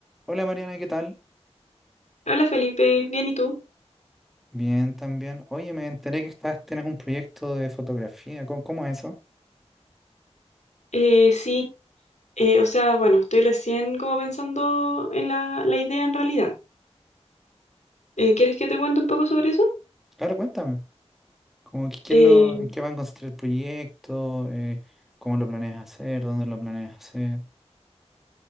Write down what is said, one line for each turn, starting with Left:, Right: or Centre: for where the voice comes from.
Centre: Hola Mariana, ¿qué tal?
Left: Hola Felipe, bien, ¿y tú?
Centre: Bien, también. Oye, me enteré que estás, tienes un proyecto de fotografía. ¿Cómo, cómo es eso?
Left: Eh, sí, eh, o sea, bueno, estoy recién como pensando en la, la idea en realidad. Eh, ¿quieres que te cuente un poco sobre eso?
Centre: Claro, cuéntame. Como que, ¿qué
Left: Eh,
Centre: es lo, en qué va a consistir el proyecto? Eh, ¿cómo lo planeas hacer? ¿Dónde lo planeas hacer?